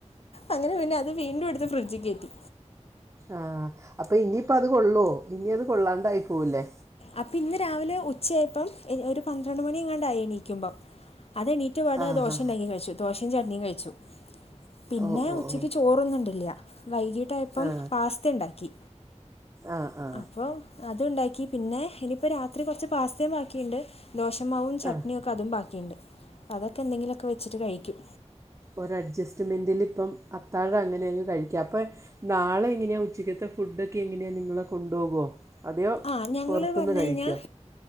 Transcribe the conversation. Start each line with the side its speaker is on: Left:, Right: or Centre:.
Left: അങ്ങെനെ പിന്നെ അത് വീണ്ടും ഇട്ത്ത് ഫ്രിഡ്ജി കേറ്റി.
Right: ആഹ് അപ്പൊ ഇനിയിപ്പത് കൊള്ളോ ഇഞിഅത് കൊള്ളാണ്ടായി പോവില്ലെ?
Left: അപ്പ ഇന്ന് രാവിലെ ഉച്ചായെപ്പം ഒര് പന്ത്രണ്ട് മണിയെങ്ങാണ്ടായി എണീക്കുമ്പം അതെണീ റ്റപാട്
Right: ആ
Left: ദോശ
Right: ആ
Left: ഇണ്ടാക്കി കഴ്‌ച്ചു ദോഷിം ചട്ട്ണിം കഴ്‌ച്ചു പിന്നെ
Right: ഓ ഓ
Left: ഉചക്ക്
Right: ഓ
Left: ചോ ർന്ന് ഉണ്ടില്ല വൈകീട്ടായപ്പം
Right: ആ
Left: പാസ്ത്യണ്ടാക്കി.
Right: ആ ആ
Left: അപ്പൊ അതുണ്ടാക്കി പിന്നെ ഇനിപ്പൊ രാത്രി കൊർച്ച് പാസ്തെം ബാക്കിണ്ട്. ദോഷമാവും ചട്നിയും
Right: ആ
Left: ഒക്കെ അതും ബാക്കിയിണ്ട് അതൊക്ക എന്തെങ്കിലൊക്ക വച്ചിട്ട് കഴിക്കും.
Right: ഒരഅഡ്ജസ്റ്റ്മെന്റില് ഇപ്പം അത്താഴം അങ്ങനെ അങ്ങ് കഴിക്ക അപ്പെ നാളെ എങ്ങെനെയാ ഉചകത്തെ ഫുഡൊക്കെ എങ്ങെനെയാ നിങ്ങള് കൊണ്ടോകൊ അതെയോ
Left: ആ ഞങ്ങൾ
Right: പൊർത്ത്ന്ന്
Left: പറഞ്ഞു
Right: കഴിക്കൊ?
Left: കഴിഞ്ഞാൽ